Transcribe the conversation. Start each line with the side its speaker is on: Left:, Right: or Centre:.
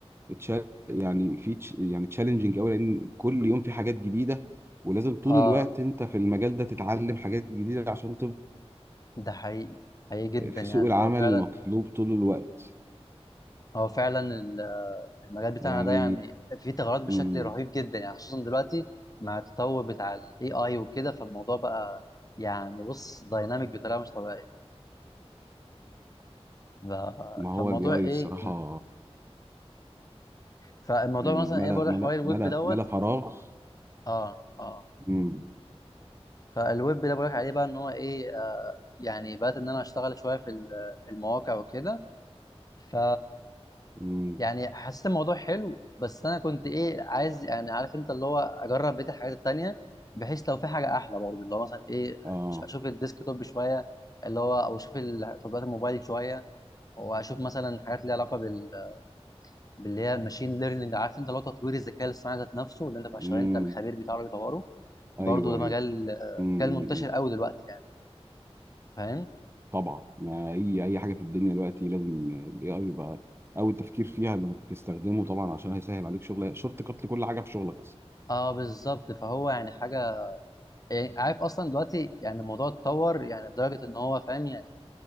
Right: اتشال يعني في تش- يعني تشالنجينج قوي لان كل يوم في حاجات جديدة ولازم طول
Left: اه
Right: الوقت انت في المجال ده تتعلم حاجات جديدة عشان تفضل
Left: ده حقيقي حقيقي جدا
Right: آه، في
Left: يعني
Right: سوق العمل
Left: هو فعلا
Right: المطلوب طول الوقت
Left: هو فعلا ال- المجال بتاعنا
Right: يعني
Left: ده يعني فيه ثغرات بشكل
Right: مم،
Left: رهيب جدا يعني خصوصا دلوقتي مع التطور بتاع الاي اي وكده فالموضوع بقى يعني بص دايناميك بطريقه مش طبيعيه ف-
Right: ما هو
Left: فالموضوع
Right: الاي اي
Left: ايه
Right: الصراحة
Left: فالموضوع
Right: مم،
Left: مثلا
Right: ملأ
Left: ايه بقول
Right: ملأ
Left: لك حوالي الويب
Right: ملأ
Left: دوت
Right: ملأ فراغ
Left: اه اه
Right: مم،
Left: فالويب ده بقول لك عليه بقى ان هو ايه آه يعني بدات ان انا اشتغل شويه في ال- المواقع وكده ف
Right: مم،
Left: يعني حسيت الموضوع حلو بس انا كنت ايه عايز يعني عارف انت اللي هو اجرب بقيه الحاجات التانيه بحيث لو في حاجه احلى برضه اللي هو مثلا ايه
Right: اه
Left: أش- اشوف الديسك توب شويه اللي هو او اشوف ال- تطبيقات الموبايل شويه واشوف مثلا حاجات ليها علاقه بال... باللي هي ماشين ليرنينج عارف انت اللي هو تطوير الذكاء الاصطناعي ذات نفسه اللي انت بقى
Right: مم،
Left: شغال انت الخبير بتاعه اللي بيطوره برضه
Right: ايوه
Left: ده مجال
Right: ايوه
Left: آه،
Right: امم
Left: مجال منتشر قوي دلوقتي يعني فاهم
Right: طبعا ما اي اي حاجه في الدنيا دلوقتي لازم الاي اي يبقى اول تفكير فيها انك تستخدمه طبعا عشان هيسهل عليك شغل شورت كات لكل حاجه في شغلك اصلا
Left: اه بالظبط فهو يعني حاجه يعني عارف اصلا دلوقتي يعني الموضوع اتطور يعني لدرجه ان هو فاهم يعني